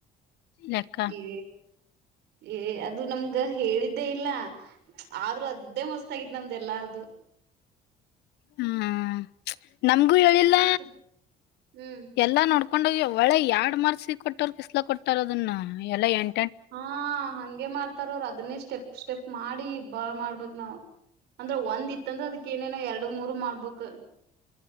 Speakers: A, on the left; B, on the right.
A: ಲೆಕ್ಕ
B: ಏ ಏ ಅದು ನಮ್ಗ ಹೇಳಿದ್ದೇ ಇಲ್ಲ ಆದ್ರೂ, ಅದೇ ಮಸ್ತ್ ಆಗಿತ್ತು ನಮ್ದ ಎಲ್ಲಾರ್ದು
A: ಹ್ಮ ನಮ್ಗೂ ಹೇಳಿಲ್ಲ
B: ಅಷ್ಟು ಹ್ಮ್
A: ಎಲ್ಲಾ ನೋಡ್ಕೊಂಡೋಗ್ಯಾವ್ ಒಳೆ ಎರಡ್ ಮಾರ್ಕ್ಸ್ಗೆ ಕೊಟೂರ್ಕಿಸಲ ಕೊಟ್ಟಾರು ಅದನ್ನ ಎಲ್ಲ ಎಂಟ
B: ಹಾ ಹಂಗೆ ಮಾಡ್ತಾರ ಅವರು ಅದನ್ನೇ ಸ್ಟೆಪ್ ಸ್ಟೆಪ್ ಮಾಡಿ ಬಾಳ ಮಾಡ್ಬೇಕ್ ನಾವ್ ಅಂದ್ರೆ ಒಂದ್ ಇತ್ತಂದ್ರ ಅದಕ್ ಏನೇನೋ ಎರಡು ಮೂರ್ ಮಾಡ್ಬೇಕ